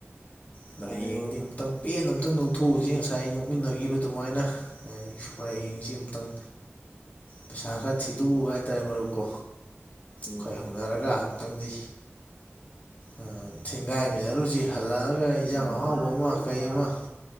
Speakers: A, on the left; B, on the right.
A: ꯑꯗꯣ
B: ꯃꯥꯅꯦ
A: ꯍꯌꯦꯡꯗꯤ
B: ꯃꯔꯨꯞ
A: ꯑꯃꯨꯛꯇꯪ ꯄꯦꯟꯅ ꯑꯃꯨꯛꯇꯪ ꯅꯣꯛꯊꯣꯛꯎꯖꯤ ꯉꯁꯥꯏ ꯅꯣꯛꯃꯤꯟꯅꯒꯤꯕ ꯑꯗꯨꯃꯥꯏꯅ <unintelligible> ꯍꯌꯦꯡꯖꯤ ꯑꯝꯇꯪ ꯄꯩꯁꯥ ꯈꯔ ꯊꯤꯗꯣꯛꯑꯒ ꯍꯥꯏꯇꯥꯔꯦ ꯃꯔꯨꯞꯀꯣ
B: ꯎꯝ
A: ꯈꯣꯏ <unintelligible> ꯅꯔꯒ ꯑꯝꯇꯪꯗꯤ ꯑꯥ ꯊꯦꯡꯒꯥꯏꯃꯤꯟꯅꯔꯨꯖꯤ ꯍꯜꯂꯛꯑꯒ ꯑꯩ ꯏꯟꯖꯥꯡ
B: ꯎꯝ
A: ꯑꯍꯥꯎꯕ
B: ꯑꯥ
A: ꯑꯃ
B: ꯃꯔꯨꯞ
A: ꯀꯩ
B: ꯑꯥ
A: ꯑꯃ